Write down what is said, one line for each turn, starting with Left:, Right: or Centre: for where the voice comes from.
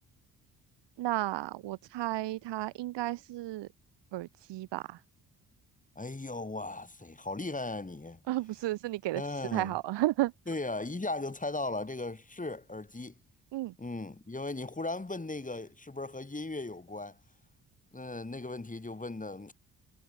Right: 那我猜它应该是耳机吧？
Left: 哎呦，哇塞，好厉害啊你！
Right: <laughs> 啊，不是，是你给的提示太好了。
Left: 嗯，
Right: <laughs>
Left: 对呀，一下就猜到了，这个是耳机。
Right: 嗯，
Left: 嗯，因为你忽然问那个是不是和音乐有关，那那个问题就问的